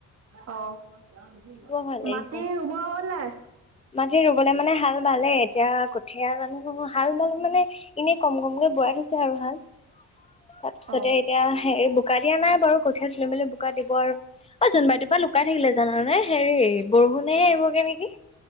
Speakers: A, on the right (about 55°); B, on the left (about 20°).
A: অ'
B: বৰ ভাল লাগিছে।
A: মাটি ৰুব হল নাই?
B: মাটি ৰুবলে মানে হাল বালে, এতিয়া কঠিয় জানো হাল বালে মানে এনেই কম - কমকে বোৱাই থৈছে আৰু হাল তাৰপিছতে
A: অ
B: এতিয়া হে বোকা দিয়া নাই বাৰু কঠীয়া তুলি মেলি বোকা দিব আৰু অ' জোনবাই কবাত লুকাই থাকিলে জানে হেৰি বৰষুণে আহিবগে নেকি।